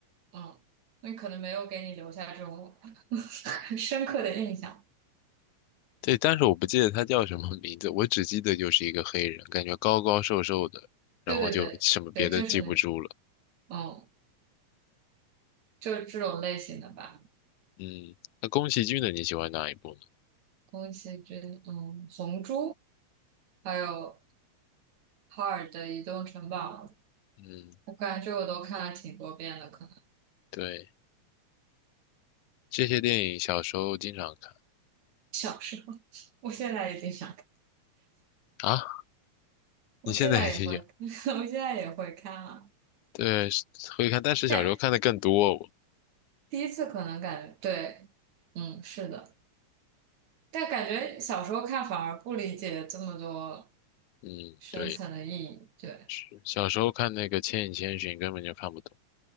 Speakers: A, on the right (about 70°); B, on the left (about 90°).
A: 嗯，那可能没有给你留下这种 <laughs> 很深刻的印象。
B: 对，但是我不记得他叫什么名字，我只记得就是一个黑人，感觉高高瘦瘦的，然后就什么别的记不住了。
A: 对对对对，就是那个，嗯，就是这种类型的吧。
B: 嗯，那宫崎骏的你喜欢哪一部呢？
A: 宫崎骏，嗯，《红猪》，还有哈尔的《移动城堡》，
B: 嗯，
A: 我感觉我都看了挺多遍了。可能
B: 对，这些电影小时候经常看
A: 小时候，<laughs> 我现在已经想，看，
B: 啊，
A: 我现在也会，
B: 你现在也听。
A: <laughs> 我现在也会看啊。
B: 对，会看，但是小时候看的更多。
A: 但第一次可能感，对，嗯，是的，但感觉小时候看反而不理解这么多
B: 嗯，
A: 深层的意义，
B: 对，
A: 对，
B: 是小时候看那个《千与千寻》根本就看不懂。